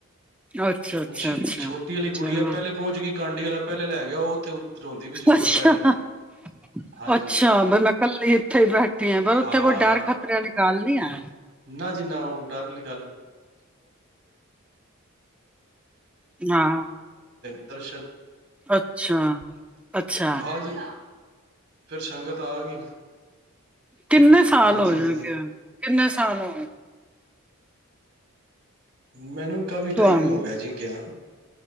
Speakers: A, in the centre; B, on the right (about 50°).
A: ਅੱਛਾ ਅੱਛਾ
B: ਛ
A: ਅੱਛਾ
B: ਛੋਟੀ
A: ਅੱਛਾ
B: ਆਲੀ ਗੁੜੀਆ ਪਹਿਲੇ ਪਹੁੰਚ ਗਈ। ਕਾਂਡੀ ਵਾਲਾ ਪਹਿਲੇ ਲੈ ਗਿਆ ਉਹ ਉੱਥੇ ਰੋਂਦੀ ਵੀ ਸੀ ਉੱਪਰ
A: ਅੱਛਾ-ਅੱਛਾ
B: ਬੈਠ ਕੇ ਹਾਂਜੀ
A: ਵੀ ਮੈਂ ਕੱਲੀ ਇੱਥੇ ਬੈਠੀ ਆ ਪਰ ਉੱਥੇ
B: ਹਾਂ
A: ਕੋਈ ਡਰ ਖ਼ਤਰੇ ਵਾਲੀ ਗੱਲ ਨੀ ਹੈ।
B: ਨਾ ਜਿੰਨਾ ਦਾ ਛੇਕਤ
A: ਹਾਂ
B: ਦਰ
A: ਅੱਛਾ ਅੱਛਾ
B: ਤੇ ਹਾਂਜੀ ਫੇਿਰ ਸੰਗਤ ਆ ਗਈ
A: ਕਿੰਨੇ ਸਾਲ
B: ਹਾਂਜੀ
A: ਹੋ ਗਿਆ
B: ਹਾਂਜੀ
A: ਨੂੰ ਥਾ ਲੋਕ
B: ਮੈਨੂੰ ਕਾਫੀ ਟਾਈਮ
A: ਤੁਹਾਨੂੰ
B: ਹੀ ਹੋ ਜੀ ਗਿਆ